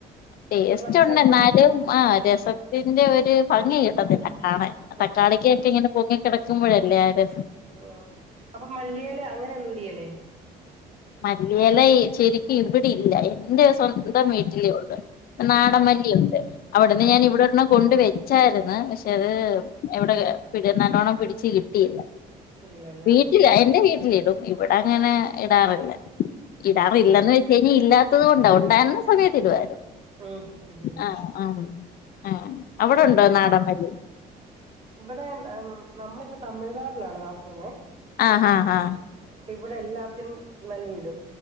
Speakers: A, on the left (about 60°); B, on the right (about 40°).
A: ടേസ്റ്റ്
B: ഒരു പച്ചമു
A: ഉണ്ട് എന്നാലും ആ രസത്തിന്റെ ഒരു ഭംഗി കിട്ടത്തില്ല ആണെ
B: ഉം
A: തക്കാളിക്കൊക്കെ ഇങ്ങനെ പൊങ്ങി കിടക്കുമ്പോഴല്ലേ ആ രസം
B: ആഹ് അപ്പൊ മല്ലിയെല അങ്ങനെന്നും ഇടിയല്ലേ
A: മല്യേല ശരിക്കും ഇവിടെ ഇല്ല എന്റെ സ്വന്തം വീട്ടിലേ ഉള്ളൂ നാടൻമല്ലിയുണ്ട്
B: ആഹ്
A: അവിടുന്ന്
B: ആഹ്
A: ഞാൻ ഇവിടെണം കൊണ്ട് വെച്ചായിരുന്നു ഷേ ത്
B: ഉം
A: എവിടെ പിന്നെ നല്ലോണം പിടിച്ച് കിട്ടിയില്ല
B: ഇല്ലല്ലേ
A: വീട്ടില
B: ആഹ്
A: എന്റെ വീട്ടിലിടും. ഇവിടെ, അങ്ങനെ ഇടാറില്ല. ഇടാറില്ലന്ന്
B: ആഹ് ഉം
A: വെച്ച് കഴിഞ്ഞ ഇല്ല. ത്തത്കൊണ്ട, ഉണ്ടായിരുന്ന സമയത്ത് ഇടുവായിരുന്നു.
B: ഉം
A: ആ ആ ആ അവിടെണ്ടോ നാടൻ മല്ലി
B: ഇവിടെ നമ്മളിപ്പോ തമിഴ്നാട്ടിലാണ് താമസ <unintelligible>
A: ആ ആ ആ
B: ഇവിടെ എല്ലാത്തിനും മല്ലി ഇടും